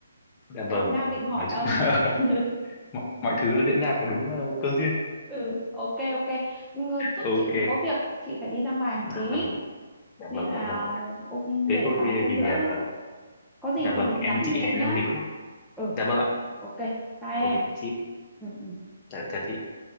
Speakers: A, on the left; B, in the centre.
A: dạ
B: Tôi
A: vâng
B: cũng đang định hỏi
A: nói chung
B: ông.
A: là <laughs>
B: <laughs>
A: mọi, mọi thứ nó diễn ra theo đúng ờ, cơ duyên
B: Ừ, ok ok. Ngờ- Chắc
A: ok
B: chị phải có việc, chị phải đi ra ngoài một
A: dạ
B: tí.
A: vâng dạ
B: Nên
A: vâng
B: là
A: dạ vâng
B: ông
A: thế
B: để
A: thôi
B: vài hôm
A: thì
B: nữa
A: ờ,
B: có gì
A: dạ
B: thì
A: vâng em
B: nhắn
A: với
B: tin
A: chị
B: cho chị
A: hẹn
B: nhá
A: nhau dịp khác
B: ừ
A: dạ vâng ạ
B: ok bye em
A: ok chị
B: ừ. ừ.
A: dạ chào chị